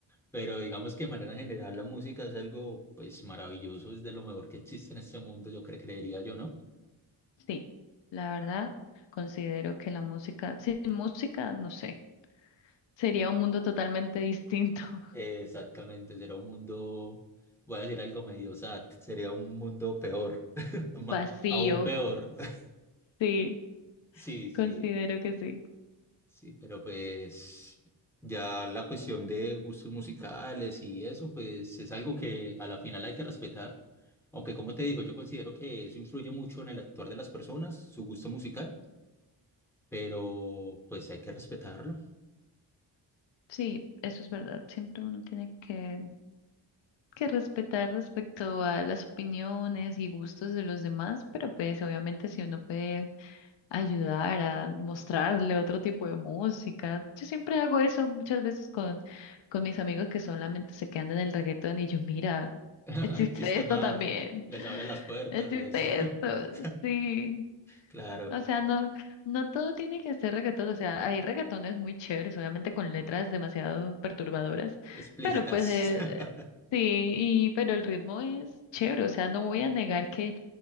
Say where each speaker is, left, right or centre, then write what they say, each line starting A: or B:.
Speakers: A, in the centre; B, on the left (about 60°).
A: Pero digamos que de manera general la música es algo pues maravilloso, es de lo mejor que existe en este mundo, yo cre- creería yo, ¿no?
B: Sí, la verdad, considero que la música, sin música, no sé, sería un mundo totalmente distinto, <laughs>
A: Eh, Exactamente, será un mundo, voy a decir algo medio sad, sería un mundo peor, <laughs> ma-
B: vacío.
A: aún peor. <laughs>
B: Sí,
A: Sí, sí.
B: considero que sí.
A: Sí, pero pues ya la cuestión de gustos musicales y eso, pues es algo que a la final hay que respetar. Aunque como te digo, yo considero que eso influye mucho en el actuar de las personas, su gusto musical, pero pues hay que respetarlo.
B: Sí, eso es verdad. Siempre uno tiene que que respetar respecto a las opiniones y gustos de los demás, pero pues obviamente si uno puede ayudar a mostrarle otro tipo de música, yo siempre hago eso muchas veces con, con mis amigos que solamente se quedan en el reggaetón y yo, mira,
A: <laughs>
B: existe
A: El sistema
B: esto también,
A: les abre las puertas,
B: existe
A: les...
B: esto,
A: <laughs>
B: sí.
A: Claro,
B: O sea, no, no todo tiene que ser reggaetón. O sea, hay reggaetones muy chéveres, obviamente con letras demasiado perturbadoras,
A: explícitas.
B: pero pues eh,
A: <laughs>
B: sí, y, pero el ritmo es chévere. O sea, no voy a negar que,